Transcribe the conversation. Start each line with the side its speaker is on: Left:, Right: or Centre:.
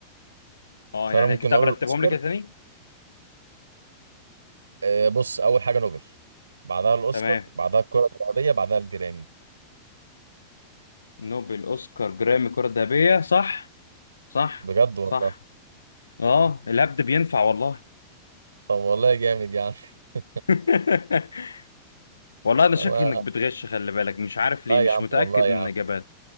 Left: اه
Right: فأنا
Left: يعني
Right: ممكن
Left: كده
Right: أقول
Left: برتبهم
Right: الأوسكار
Left: لي كده تاني
Right: إيه بص أول حاجة نوبل بعدها الأوسكار
Left: تمام
Right: بعدها الكرة الذهبية بعدها الجرامي
Left: نوبل اوسكار جرامي كرة ذهبية صح صح
Right: بجد والله
Left: صح اه الهبد بينفع والله
Right: طب والله جامد يعني <laughs>
Left: <laughs> والله انا
Right: أنا
Left: شاكك انك بتغش خلي بالك مش عارف ليه
Right: لا يا
Left: مش
Right: عم
Left: متأكد
Right: والله
Left: من
Right: يا عم
Left: الاجابات